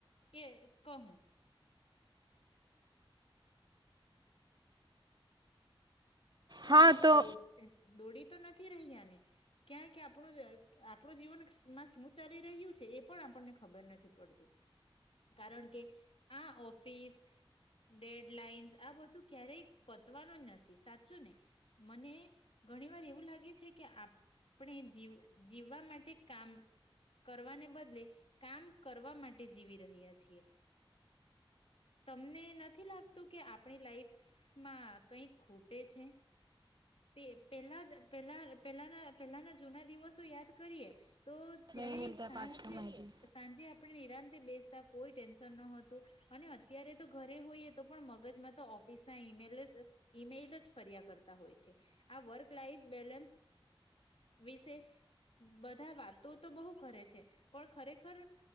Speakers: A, on the left (about 90°); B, on the right (about 50°).
A: કે. કહું.
B: હા
A: બધા
B: તો
A: દોડી દોડી તો નથી. રહ્યાને ક્યાં કે આપણ આપણું જીવનમાં શું ચાલી રહ્યું છે એ પણ આપણને ખબર નથી પડતી કારણ કે આ ઓફિસ ડેડલાઈન્સ આ બધું ક્યારેય. પતવાનું જ નથી સા. ને મને ઘણી વાર એવું લાગે છે કે આપણે જીવ જીવવા માટે કામ કરવાને બદલે કામ કરવા માટે જીવી રહ્યા છીએ તમને નથી લાગતું કે આપણી લાઈફમાં કઈ ખુટ. છે તે પેલા પ પેલાના પેલાના જૂના દિવસો યાદ કરીએ. તો જય્યારે
B: નહીં મિલતા
A: સાંજ
B: પાંચ કો માહિતી
A: સાંજે આપણે નિરાંત બેસતા કોઈ ટેન્શન નત. તો. અને અત્યારે તો ઘરે હોઈએ તો પણ મગજમાં તો ઓફિસ ના ઈમેલ જ ઈમેઈલ જ. તા હોય છે આ વર્ક લાઈફ બેલેન્સ વિશે બધા વાતો તો બહુ કરે છે પણ ખરેખર